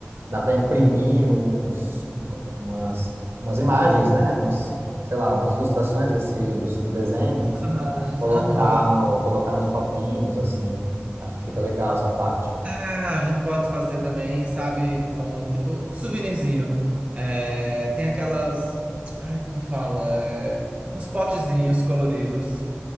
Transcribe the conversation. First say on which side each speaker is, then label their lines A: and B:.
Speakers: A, on the right (about 65°); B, on the right (about 25°).
A: dá pra imprimir uns, umas, umas imagens, né? Umas, sei lá, umas ilustrações desse, do, do desenho.
B: os personagens.
A: Colocar
B: Aham.
A: no, colocar nos copinhos, assim. Acho que fica legal essa parte.
B: Ah, a gente pode fazer também, sabe, como um tipo um souvenirzinho. É, tem aquelas. Ai, como fala? É, uns potezinhos coloridos.